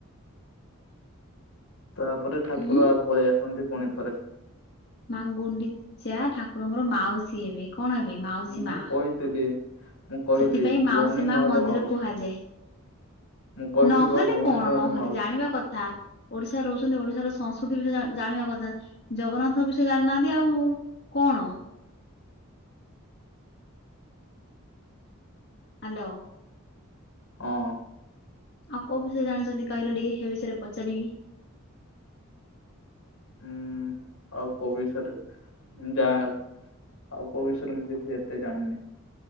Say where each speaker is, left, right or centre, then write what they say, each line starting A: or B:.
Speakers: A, on the left; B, on the left.
A: ତାପରେ ଠାକୁର
B: ଉଁ
A: ପଳେଇ ଆସନ୍ତି ପୁଣିଥରେ।
B: ମା ଗୁଣ୍ଡିଚା ଠାକୁରଙ୍କର ମାଉସୀ ହେବେ କଣ ହେବେ ମାଉସୀ
A: ମୁଁ
B: ମା।
A: କହିଥିଲି ମୁଁ କହିଲି
B: ସେଥିପାଇଁ ମାଉସୀ
A: ଭଉଣୀ
B: ମା
A: ନହେଲେ
B: ମନ୍ଦିର
A: ମାଉସୀ।
B: କୁହାଯାଏ।
A: ମୁଁ କହିଲି
B: ନହେଲେ
A: ବା ଭଉଣୀ
B: କଣ ନହେଲେ
A: ମାଉସୀ
B: ଜାଣିବା କଥା। ଓଡିଶା ରହୁଛନ୍ତି ଓଡିଶାର ସଂସ୍କୃ ବିଷୟ ଜାଣିବା କଥା। ଜଗନ୍ନାଥଙ୍କ ବିଷୟ ଜାଣିନାହାନ୍ତି ଆଉ କଣ ହାଲୋ।
A: ହଁ।
B: ଆଉ କୋଉ ବିଷୟରେ ଜାଣିଛନ୍ତି କହିଲେ ଟିକେ ସେ ବିଷୟରେ ପଚାରିବି।
A: ହୁଁ ଆଉ କୋଉ ବିଷୟରେ ଯା ଆଉ କୋଉ ବିଷୟରେ ମୁଁ କିଛି ଏତେ ଜାଣିନି।